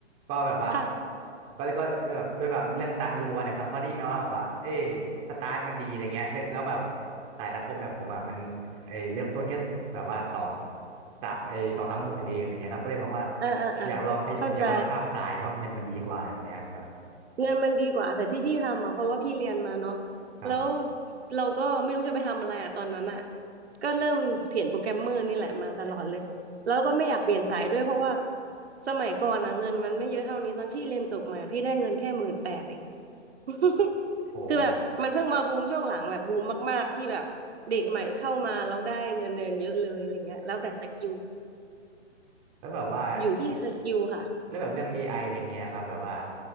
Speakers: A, on the right; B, on the right.
A: ก็แบบว่า
B: <laughs> ค่ะ
A: ก็ก็แบบด้วยแบบเรื่องตังค์ล้วนๆนะครับเพราะได้ยินมาว่าแบบว่าเอ้ยสตาร์ทมันดีอะไรเงี้ยแล้วแล้วแบบสายสังคมแบบผมอ่ะมันเอ้ยเริ่มต้นแค่แบบว่าสองสามเอ้ยสองสามหมื่นเองอะไรเงี้ยครับก็เลยมองว่า
B: อ่าอ่าอ่าเข้าใจ
A: อยากลองขยอยากลองข้ามสายเพราะเงินมันดีกว่าแบบเนี้ยครับ
B: เงินมันดีกว่าแต่ที่พี่ทำอ่ะเพราะว่าพี่เรียนมาเนาะ
A: ครับ
B: แล้วเราก็ไม่รู้จะไปทำอะไรอ่ะตอนนั้นอ่ะก็เริ่มเขียนโปรแกรมเมอร์นี่แหละมาตลอดเลยแล้วก็ไม่อยากเปลี่ยนสายด้วยเพราะว่าสมัยก่อนอ่ะเงินมันไม่เยอะเท่านี้ตอนพี่เรียนจบมาพี่ได้เงินแค่หมื่นแปดเองอ่ะ <laughs>
A: โห
B: คือแบบมันเพิ่งมาบูมช่วงหลังแบบบูมมากๆที่แบบเด็กใหม่เข้ามาแล้วได้เงินเดือนเยอะเลยอะไรเงี้ยแล้วแต่สกิล
A: แล้วแบบว่า
B: อยู่ที่สกิลค่ะ
A: แล้วแบบเรื่อง AI อไออะไรเงี้ยครับแบบว่า